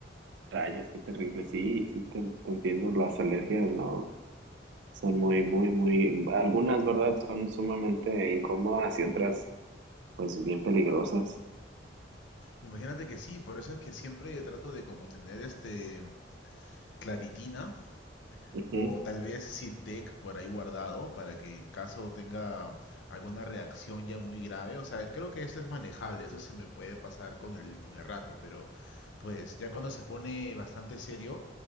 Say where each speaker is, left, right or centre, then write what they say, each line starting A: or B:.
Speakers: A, on the right; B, on the left.
A: Rayos, qué terrible. Sí, sí, te, te entiendo, las alergias, ¿no? Son muy, muy, muy, algunas, ¿verdad? Son sumamente incómodas y otras, pues bien peligrosas.
B: Imagínate que sí, por eso es que siempre trato de como tener este claritina
A: Ujú.
B: o tal vez Sirtec por ahí guardado para que en caso tenga alguna reacción ya muy grave, o sea, creo que eso es manejable, eso se me puede pasar con el con el rato, pero pues ya cuando se pone bastante serio,